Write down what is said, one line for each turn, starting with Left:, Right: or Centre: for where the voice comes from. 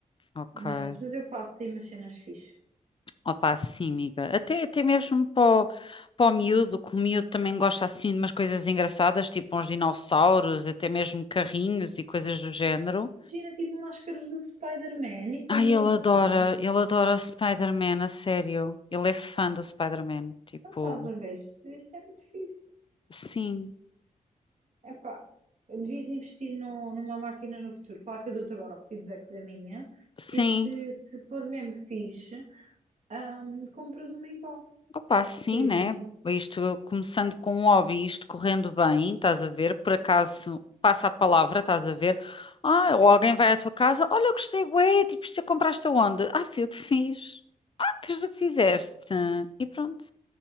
Left: ok.
Right: Mas, mas eu faço, tem umas cenas fixes.
Left: Opa, sim, amiga. Até, até mesmo para o, para o miúdo, que o miúdo também gosta assim de umas coisas engraçadas, tipo uns dinossauros, até mesmo carrinhos e coisas do género.
Right: Imagina, tipo, máscaras do Spider-Man e coisas
Left: Ai, ele
Right: assim.
Left: adora, ele adora Spider-Man, a sério. Ele é fã do Spider-Man. Tipo,
Right: Então estás a ver, isto, isto é muito fixe.
Left: sim,
Right: é epá, eu devias investir no- numa máquina no futuro. Claro que eu dou-te agora o feedback da minha.
Left: sim,
Right: E se, se for mesmo fixe, hum, compras uma igual,
Left: Opa, sim,
Right: por exemplo.
Left: né? Isto começando com um hobby, isto correndo bem, estás a ver? Por acaso passa a palavra, estás a ver? Ah,
Right: Sim,
Left: ou alguém
Right: sim.
Left: vai à tua casa, olha, eu gostei, bué, tipo, isto compraste aonde? Ah, fui eu que fiz. Ah, fiz o que fizeste. E pronto.